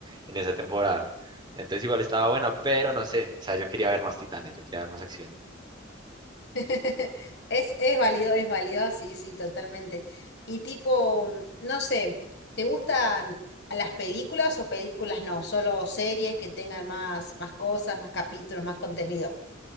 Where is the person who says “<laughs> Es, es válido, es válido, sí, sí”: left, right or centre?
Left